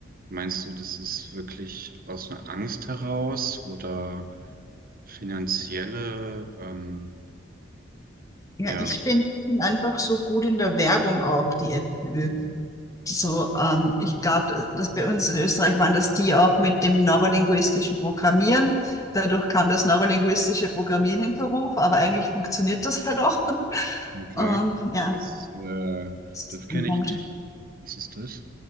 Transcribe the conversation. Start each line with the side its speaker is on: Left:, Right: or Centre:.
Right: meinst du, das ist wirklich aus einer Angst heraus oder finanzielle ähm,
Left: Ja,
Right: Ja,
Left: ich bin, bin einfach so gut in der Werbung auch, die FPÖ.
Right: Hm.
Left: Die So, ähm, ich glaube, dass bei uns in Österreich waren das die auch mit dem neurolinguistischen Programmieren. Dadurch kam das neurolinguistische Programmieren in Verruf, aber eigentlich funktioniert das halt auch.
Right: okay.
Left: Ähm, ja,
Right: Das, äh,
Left: das ist
Right: das kenne
Left: ein Punkt.
Right: ich nicht. Was ist das?